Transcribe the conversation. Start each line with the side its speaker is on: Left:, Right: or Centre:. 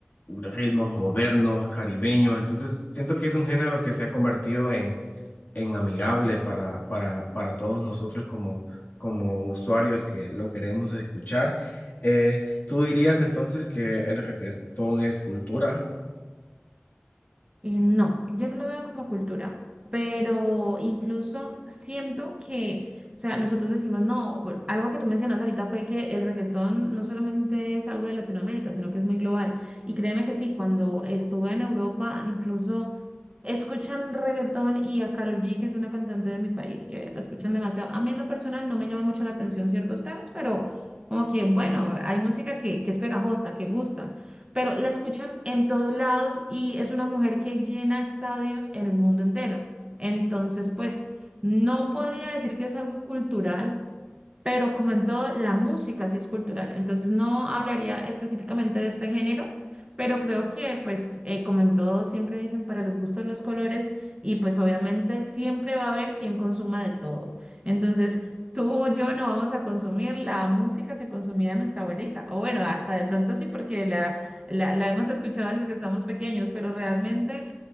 Left: ritmos modernos, caribeños. Entonces, siento que es un género que se ha convertido en en amigable para, para, para todos nosotros como, como usuarios que lo queremos escuchar. Eh, ¿tú dirías entonces que el reggaetón es cultura?
Right: Eh, no, yo no lo veo como cultura, pero incluso siento que, o sea, nosotros decimos, no, bueno, algo que tú mencionas ahorita fue que el reggaetón no solamente es algo de Latinoamérica, sino que es muy global. Y créeme que sí, cuando estuve en Europa, incluso escuchan reggaetón y a Karol G, que es una cantante de mi país, que la escuchan demasiado. A mí en lo personal no me llama mucho la atención ciertos temas, pero como que, bueno, hay música que, que es pegajosa, que gusta pero la escuchan en todos lados y es una mujer que llena estadios en el mundo entero. Entonces, pues, no podría decir que es algo cultural, pero como en todo, la música sí es cultural. Entonces, no hablaría específicamente de este género, pero creo que, pues, eh, como en todo, siempre dicen para los gustos los colores y pues obviamente siempre va a haber quien consuma de todo. Entonces, tú o yo no vamos a consumir la música que consumía nuestra abuelita. O bueno, hasta de pronto sí, porque la la, la hemos escuchado desde que estamos pequeños, pero realmente